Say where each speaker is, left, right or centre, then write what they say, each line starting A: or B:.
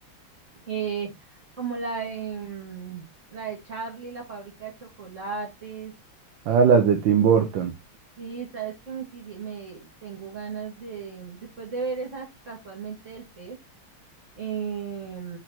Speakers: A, on the right (about 35°); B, on the right (about 70°).
A: Eh, como la de, mm, la de Charlie, la fábrica de chocolates.
B: Ah, las de Tim Burton.
A: Sí, sabes que me, quisi- me tengo ganas de, después de ver esa casualmente del pez, eh,